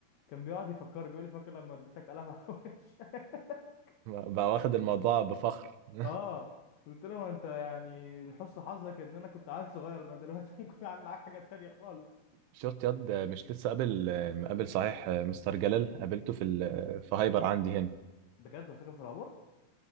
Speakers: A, on the left (about 70°); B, on the right (about 80°).
A: كان بيقعد يفكر بيقول لي فاكر لما اديتك قلم على وشك
B: بقى واخد الموضوع بفخر
A: <laughs>
B: <laughs>
A: اه قلت له ما انت يعني من حسن حظك ان انا كنت عيل صغير انا دلوقتي <laughs> ممكن اعمل معاك حاجة تانية خالص
B: شفت ياد مش لسه قابل مقابل صحيح آه، مستر جلال قابلته في ال... آه، في هايبر عندي هنا
A: بجد وساكن في العبور؟